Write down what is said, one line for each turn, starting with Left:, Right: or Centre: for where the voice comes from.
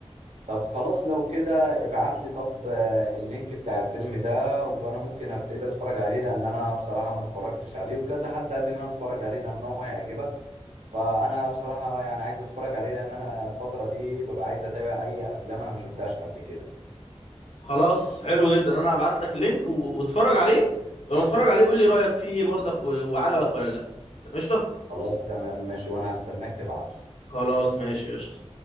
Right: طب خلاص لو كده ابعت لي طب آه، اللينك بتاع الفيلم ده وانا ممكن ابتدي اتفرج عليه لان انا بصراحة ما اتفرجتش عليه وكذا حد قال لي ان انا اتفرج عليه لان هو هيعجبك فانا بصراحة يعني عايز اتفرج عليه لان انا الفترة دي ببقى عايز اتابع اي افلام انا ما شفتهاش قبل كده
Left: خلاص حلو جدا انا هبعت لك لينك و... واتفرج عليه ولما تتفرج عليه قول لي رايك فيه ايه برضك و... وعجبك ولا لا قشطه
Right: خلاص تمام ماشي وانا هستناك تبعت
Left: خلاص ماشي قشطة